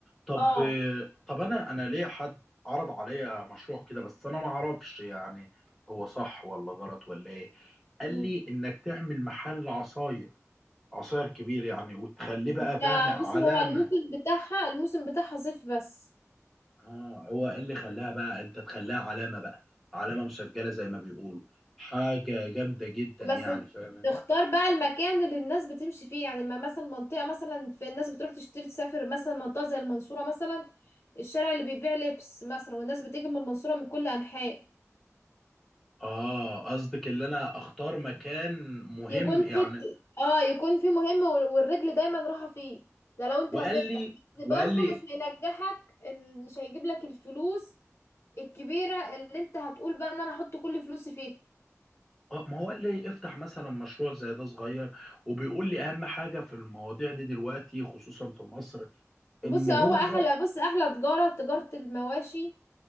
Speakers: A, in the centre; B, on the left (about 55°).
A: طب
B: اه
A: طب انا انا ليه حد عرض عليا مشروع كده بس انا ما اعرفش يعني هو صح ولا غلط ولا ايه قال
B: امم
A: لي انك تعمل محل عصاير عصاير كبير يعني وتخليه بقى
B: ده
A: فاهم علامة
B: بص هو الموسم بتاعها الموسم بتاعها صيف بس
A: اه هو إيه اللي خلاها بقى انت تخليها علامة بقى علامة مسجلة زي ما بيقولوا حاجة جامدة جدا يعني
B: بس
A: فاهم
B: تختار بقى المكان اللي الناس بتمشي فيه يعني ما مثلا منطقة مثلا في الناس بتروح تشتري تسافر مثلا منطقة زي المنصورة مثلا الشارع اللي بيبيع لبس مثلا والناس بتيجي من المنصورة من كل أنحاء
A: اه قصدك اللي انا اختار مكان مهم
B: يكون
A: يعني
B: في اه يكون في مهم وال- والرجل دايما راحة فيه ده لو انت
A: وقال
B: هتفتح
A: لي
B: بس
A: وقال
B: برضو
A: لي
B: مش هينجحك ال- مش هيجيب لك الفلوس الكبيرة اللي انت هتقول بقى ان انا احط كل فلوسي فيها
A: آه، ما هو قال لي افتح مثلا مشروع زي ده صغير وبيقول لي اهم حاجة في المواضيع دي دلوقتي خصوصا في مصر
B: بص
A: ان
B: هو
A: هو
B: احلى بص احلى تجارة تجارة المواشي